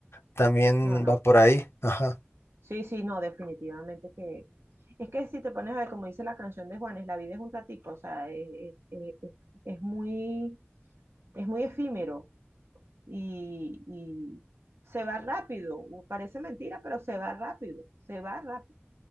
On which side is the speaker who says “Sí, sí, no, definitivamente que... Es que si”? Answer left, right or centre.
Right